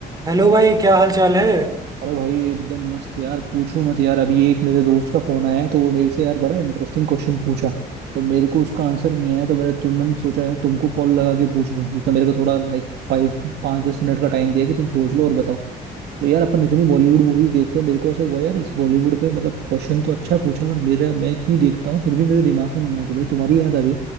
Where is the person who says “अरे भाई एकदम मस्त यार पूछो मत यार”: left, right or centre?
Right